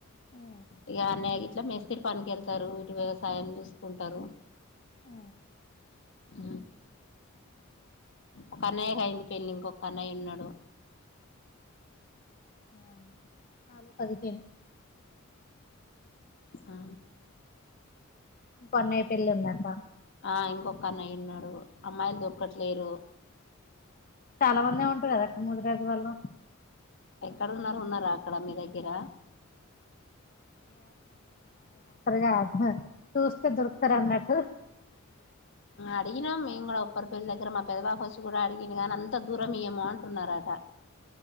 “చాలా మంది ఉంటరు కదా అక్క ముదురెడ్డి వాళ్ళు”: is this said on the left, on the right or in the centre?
Left